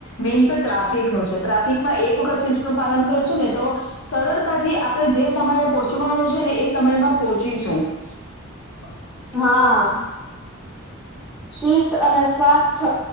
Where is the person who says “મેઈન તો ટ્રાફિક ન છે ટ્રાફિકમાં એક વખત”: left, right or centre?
Left